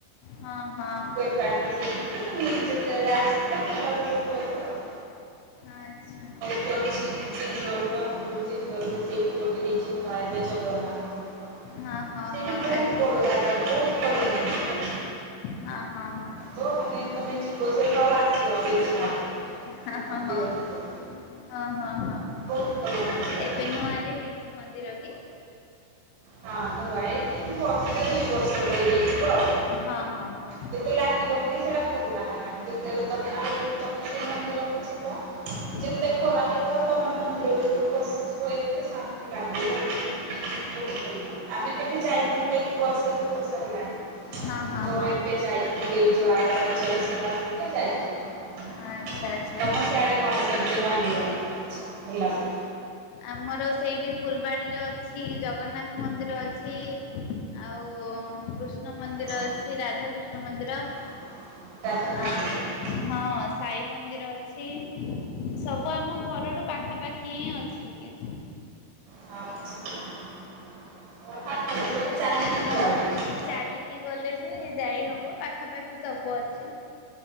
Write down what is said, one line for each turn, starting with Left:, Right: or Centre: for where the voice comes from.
Left: ହଁ ହଁ।
Right: ସାଥି ହେଇକି ଯେତେବେଳେ ଆସିଲେ ବୁଲା ବୁଲି କରୁ ଆଉ।
Left: ଆଛା।
Right: ଯୋଉ ଚୀନ୍ ଜିନ୍ଦଲରେ ଅନୁଗୁଳ ଜିନ୍ଦଲରେ ସେଇଠି ଗୋଟେ ହେଇଚି ନୂଆ ଏବେ ଜଗନ୍ନାଥ ମନ୍ଦି ର
Left: ହଁ ହଁ
Right: ସେଇଠି
Left: ହଁ
Right: ବୋହୁତ
Left: ଏବେ
Right: ବଡ ଜାଗାରେ ବୋହୁତ ଭଲ ମନ୍ଦିର।
Left: ହଁ ହଁ ହଁ।
Right: ତୋ ମାନେ ତମେ ଯିବ ସେଇଠି ଆଉ ଆସିବାକୁ ଇଛା ହବ
Left: ହାଁ
Right: ସେ
Left: ହାଁ
Right: ମନ୍ଦିର
Left: ହଁ ହଁ
Right: ଭିତରେ
Left: ହଁ ହଁ ହଁ
Right: ବହୁତ ଭଲ ମନ୍ଦିରଟେ
Left: ଏବେ ନୂଆରେ ହେଇ ଚି ମନ୍ଦିର କି?
Right: ହଁ ନୂଆ ଏଇ ବର୍ଷେ ଦୁଇ ବର୍ଷ ଭଳି ହେଇଯିବ ଆଉ।
Left: ହଁ ହଁ ହଁ।
Right: ଯେତେ ଲାଗିବନି କି ସେଇଟା ପୁରୁଣା ହେଲାଣି ଯେତେବେଳେ ତମେ ଆଇ ତମେ ସେ ମନ୍ଦିରକୁ ଯିବ
Left: ହଁ
Right: ଯେତେ
Left: ହଁ।
Right: ଖରା ହେଇଥାଉ ତମେ ମନ୍ଦିର ଭିତରକୁ ପଶିଯିବ ଏତେ ଶାନ୍ତି ଲାଗିବ। ବହୁତ ଭଲ ଆମେ କେବେ ଯାଇନଥିଲୁ ଏଠି ବର୍ଷ ଦୁଇ ବର୍ଷ ହେଲାଣି।
Left: ହଁ ହଁ
Right: ତ
Left: ହଁ
Right: ଏବେ ଯାଇଥିଲି ଏଇଯୋ ଆର ରଜରେ ସବୁ ଆସିଥିଲେ ଯାଇଥିଲି।
Left: ଆଚ୍ଛା ଆଚ୍ଛା।
Right: ତମ ସେ ଆଡେ କଣ ସେମିତି ମନ୍ଦିର କଥା ଅଛି ଭଲ ଲାଗୁ
Left: ଆମର ସେଇଠି ଫୁଲବାଣୀରେ ଅଛି ଜଗନ୍ନାଥ ମନ୍ଦିର ଅଛି। ଆଉ କୃଷ୍ଣ ମନ୍ଦିର
Right: ଆଚ୍ଛା
Left: ଅଛି ରାଧାକୃଷ୍ଣ ମନ୍ଦିର।
Right: ରାଧାକୃଷ୍ଣ।
Left: ଆ ହଁ ସାଇ ମନ୍ଦିର ଅଛି। ସବୁ ଆମ ଘରଠୁ ପାଖାପାଖି ହିଁ ଅଛି।
Right: ହ ତମର ପାଖରେ ସବୁ ଚାଲିକି
Left: ହଁ
Right: ଯିବାକୁ। ପଡିବ।
Left: ଚାଲିକି ଗଲେ ବି ଯାଇ ହବ ପାଖାପାଖି ସବୁ ଅଛି।